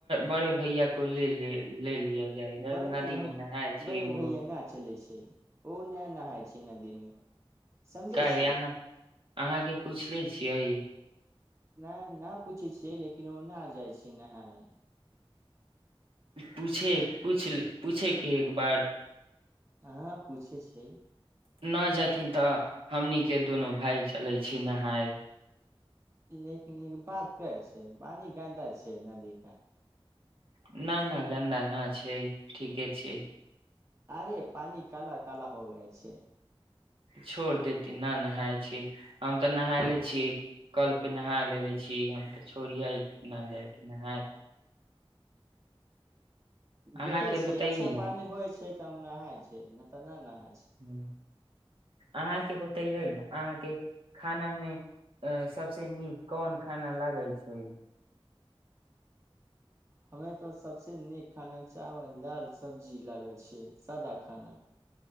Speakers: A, on the right (about 65°); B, on the right (about 30°).
A: बड़े भैया को ले लेल ले लिया जायगा
B: बड़े
A: नदीमे
B: भाय
A: नहाय छै
B: बड़े
A: ओ
B: भैया न चलै ओ न नहााय छै नदी मे समझै
A: क
B: छियै
A: अहाँ अहाँके पूछले छियै
B: नहि नहि पूछै छियै लेकिन ओ नहि जाइ छै नहाय
A: पूछे पूछ पूछे कि एक बार
B: हँ पूछ छै
A: न जेथिन तऽ हमनीके दुनू भाय चलै छी नहाय
B: लेकिनिन बात करै छै पानि कन्दा छै नदीे
A: न नहि गान द नहि छै ठीके छै
B: अरे पान काल काल हो गाय छै
A: छोड़ देतीे न नहााय छी हम तऽ नहााय ले छियै कल पे नहा लेे छी हम तऽ छोड़िये न जाय नहाय अहाँके
B: देखे छियै
A: बतैयै
B: अच्छा
A: न
B: पानी होइ छै छै त नहााय छै न तऽ न नहााय
A: ह्म अहाँके बतैयै ने अहाँके खाना मे अ सभस नीक कोन खाना लागै छै
B: हमे तऽ सबसे नीक खाना चावल दाल सब्जी लागै छै सादा खाना